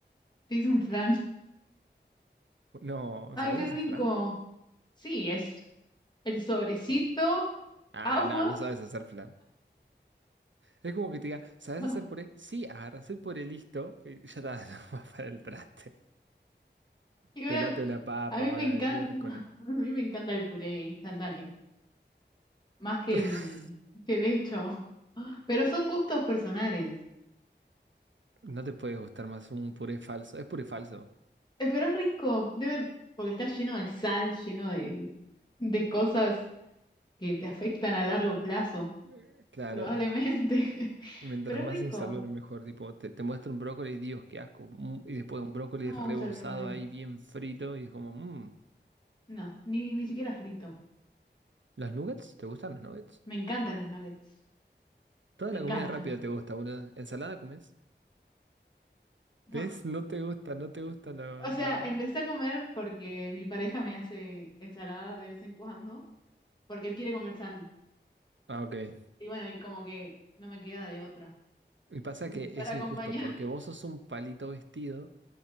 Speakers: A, on the left (about 25°); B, on the right (about 80°).
A: Te hice un flan.
B: No,
A: Ay,
B: ¿sabes
A: qué
B: hacer
A: rico.
B: flan?
A: Sí, es el sobrecito,
B: Ah,
A: agua.
B: no, no sabes hacer flan. Es como que te diga, ¿sabes
A: <laughs>
B: hacer puré? Sí, agarras el puré listo y ya está, <laughs> no va para el traste.
A: Y bueno,
B: Pelate una papa,
A: a mí
B: vaga
A: me encanta,
B: de miércoles.
A: <laughs> a mí me encanta el puré instantáneo, más que
B: <laughs>
A: el, que el hecho. <laughs> Pero son gustos personales.
B: No te puede gustar más un puré falso. Es puré falso.
A: Eh, Pero es rico, debe, porque está lleno de sal, lleno de, de cosas que te afectan a largo plazo,
B: Eh, Claro,
A: probablemente. <laughs>
B: Mientras
A: Pero
B: más
A: es rico.
B: insalubre, mejor. Tipo, te, te muestra un brócoli, Dios, qué asco. mm, y después un brócoli
A: No
B: rebozado
A: me gusta el brócoli.
B: ahí bien frito. Y es como, mmm.
A: No, ni, ni siquiera frito.
B: ¿Los nuggets? ¿Te gustan los nuggets?
A: Me encantan los nuggets.
B: Toda
A: Me
B: la
A: encantan.
B: comida rápida te gusta, boludo. ¿Ensalada comes?
A: No.
B: ¿Ves? No te gusta, no te gusta lo,
A: O sea,
B: lo...
A: empecé a comer porque mi pareja me hace ensalada de vez en cuando. porque él quiere comer sano.
B: Ah, ok.
A: Y bueno, y como que no me queda de otra
B: Y pasa
A: <laughs>
B: que
A: para
B: es
A: acompañar.
B: injusto porque vos sos un palito vestido